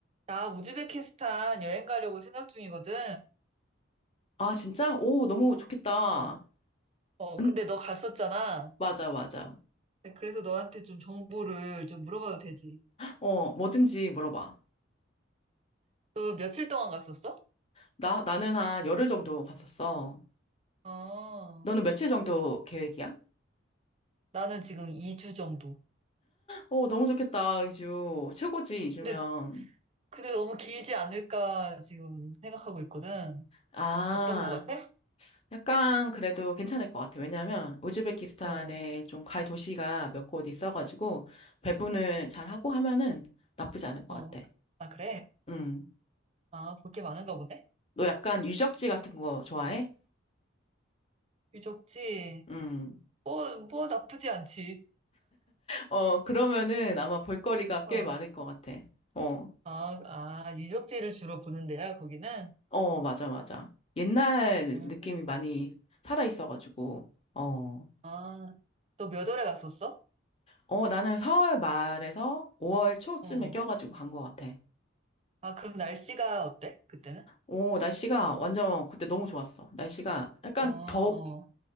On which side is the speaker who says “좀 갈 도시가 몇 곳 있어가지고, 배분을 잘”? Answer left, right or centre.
Left